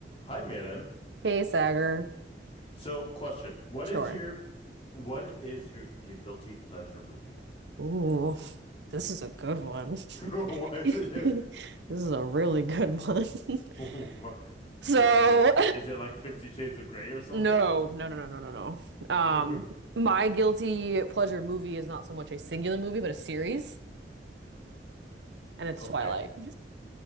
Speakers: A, on the left (about 35°); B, on the right (about 80°).
A: Hi, Miren.
B: Hey, Sagar.
A: So, question: What
B: Sure.
A: is your what is your guilty pleasure movie?
B: <laughs> Ooh, this is a good one. <laughs>
A: <laughs> Why is
B: This
A: it?
B: is a really good one.
A: <laughs>
B: <laughs>
A: Why-
B: So,
A: i- Is it is it like Fifty Shades of Grey
B: <laughs>
A: or something?
B: no, no, no, no, no, no, no. Um,
A: <laughs>
B: my guilty pleasure movie is not so much a singular movie, but a series, and it's
A: Okay.
B: Twilight. <laughs>